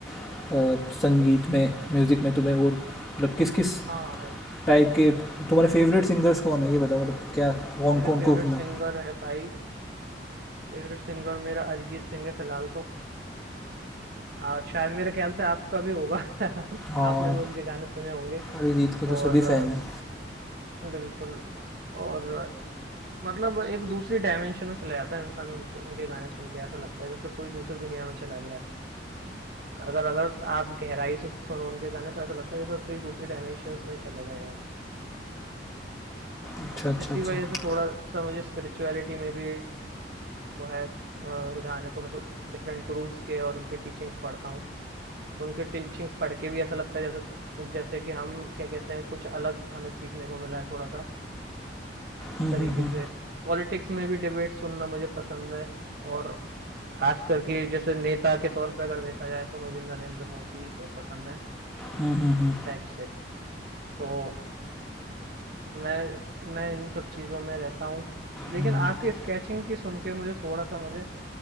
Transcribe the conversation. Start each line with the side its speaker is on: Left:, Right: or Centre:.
Left: अ, संगीत में म्यूज़िक में तुम्हें वो मतलब किस किस
Right: हाँ,
Left: टाइप के तुम्हारे फेवरेट सिंगर्स कौन है ये बताओ मतलब क्या कौन
Right: मेरे
Left: कौन
Right: फेवरेट
Left: को सुना
Right: सिंगर है भाई, फेवरेट सिंगर मेरा अरिजीत सिंह है फिलहाल तो। और शायद मेरे ख्याल से आपका भी होगा <laughs> आपने
Left: हाँ
Right: भी उनके गाने सुने होंगे
Left: अरिजीत के तो
Right: और
Left: सभी फ़ैन हैं
Right: बिल्कुल और मतलब एक दूसरी डायमेंशन में चला जाता है इंसान उनके गाने सुन के ऐसा लगता है जैसे कोई दूसरी दुनिया में चला गया है अगर अगर आप गहराई से सुनो उनके गाने तो ऐसा लगता है जैसे कोई दूसरी डायमेंशन में चले गए हम
Left: अच्छा
Right: और
Left: अच्छा
Right: इसी
Left: अच्छा
Right: वजह से थोड़ा सा मुझे स्पिरिचुअलिटी में भी वो है अ, रुझान है तो मैं तो डिफरेंट गुरुज के और उनके टीचिंग्स पढ़ता हूँ उनके टीचिंग्स पढ़ के भी ऐसा लगता है जैसे जैसे कि हम क्या कहते हैं कुछ अलग हमें सीखने को मिला है थोड़ा सा इस
Left: हम्म
Right: तरीके
Left: हम्म हम्म
Right: से पॉलिटिक्स में भी डिबेट सुनना मुझे पसंद है और खास करके जैसे नेता के तौर पे अगर देखा जाए तो मुझे नरेंद्र मोदी बहुत पसंद है
Left: हम्म हम्म हम्म,
Right: इस टाइप से तो मैं मैं इन सब चीज़ों में रहता हूँ लेकिन
Left: हम्म।
Right: आपके स्केचिंग की सुन के मुझे थोड़ा सा मुझे